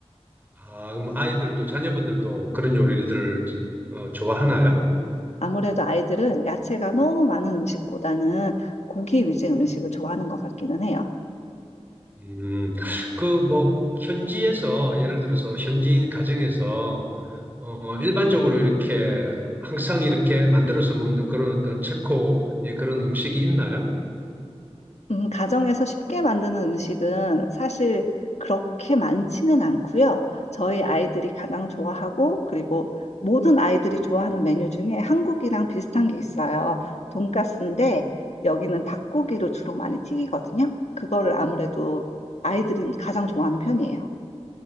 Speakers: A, on the right; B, on the left.
A: 아 그럼 아이들도 자녀분들도 그런 요리들을 어, 좋아하나요?
B: 아무래도 아이들은 야채가 너무 많은 음식보다는 고기 위주의 음식을 좋아하는 것 같기는 해요.
A: 음, 그 뭐 현지에서 예를 들어서 현지인 가정에서 어, 일반적으로 이렇게 항상 이렇게 만들어서 먹는 그런 어떤 체코의 그런 음식이 있나요?
B: 음, 가정에서 쉽게 만드는 음식은 사실 그렇게 많지는 않고요. 저희 아이들이 가장 좋아하고 그리고 모든 아이들이 좋아하는 메뉴 중에 한국이랑 비슷한 게 있어요. 돈가스인데 여기는 닭고기로 주로 많이 튀기거든요. 그거를 아무래도 아이들은 가장 좋아하는 편이에요.